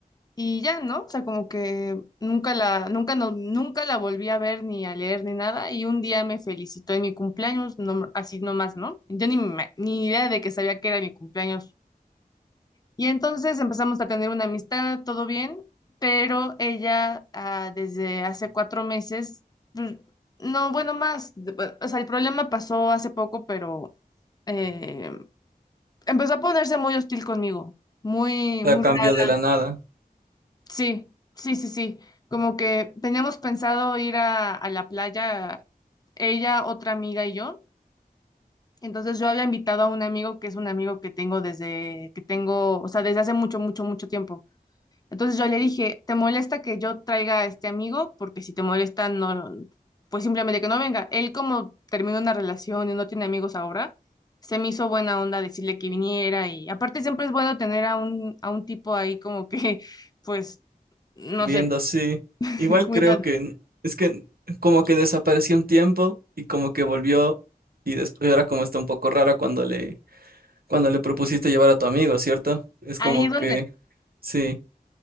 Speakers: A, on the left; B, on the right.
A: y ya, ¿no? O sea, como que nunca la, nunca no, nunca la volví a ver ni a leer ni nada y un día me felicitó en mi cumpleaños, no, así nomás, ¿no? Yo ni, me- ni idea de que sabía que era mi cumpleaños y entonces empezamos a tener una amistad, todo bien, pero ella ah, desde hace cuatro meses, pues, no, bueno, más, de- pues, o sea, el problema pasó hace poco, pero eh, empezó a ponerse muy hostil conmigo, muy,
B: La
A: muy
B: cambió
A: raro.
B: de la nada,
A: Sí, sí, sí, sí. Como que teníamos pensado ir a, a la playa, ella, otra amiga y yo. Entonces yo había invitado a un amigo que es un amigo que tengo desde que tengo, o sea, desde hace mucho, mucho, mucho tiempo. Entonces yo le dije, ¿te molesta que yo traiga a este amigo? Porque si te molesta, no, pues simplemente que no venga. Él como terminó una relación y no tiene amigos ahora, se me hizo buena onda decirle que viniera y aparte siempre es bueno tener a un, a un tipo ahí como que, <laughs> pues, no
B: viendo
A: sé,
B: así.
A: <laughs>
B: Igual
A: cuidado.
B: creo que es que como que desapareció un tiempo y como que volvió y después ahora como está un poco rara cuando le, cuando le propusiste llevar a tu amigo, ¿cierto? Es
A: Ahí
B: como
A: donde
B: que, sí.